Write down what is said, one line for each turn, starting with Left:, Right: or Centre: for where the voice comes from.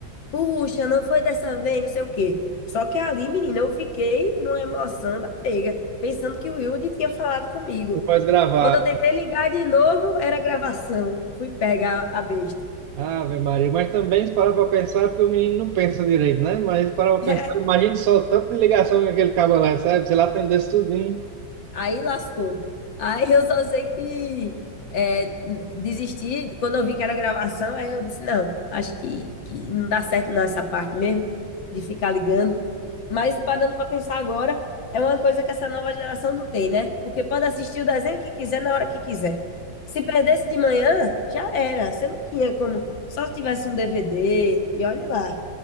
Left: Puxa, não foi dessa vez, não sei o quê. Só que ali, menina, eu fiquei numa emoção da pega, pensando que o Yudi tinha falado comigo.
Right: <laughs> Não pode gravar.
Left: Quando eu tentei ligar de novo, era gravação. Fui pegar a besta.
Right: Ave Maria, mas também se parar para pensar, é porque o menino não pensa direito, né? Mas se parar para
Left: <laughs>
Right: pensar, imagine só o tanto de ligação que aquele cabo lá recebe, se ele atendesse tudinho.
Left: Aí lascou. Aí eu só sei que é, desisti. Quando eu vi que era gravação, aí eu disse: não, acho que, que não dá certo não essa parte mesmo, de ficar ligando. Mas parando para pensar agora, é uma coisa que essa nova geração não tem, né? Porque pode assistir o desenho que quiser na hora que quiser. Se perdesse de manhã, já era. Você não tinha como. Só se tivesse um DVD, e olhe lá.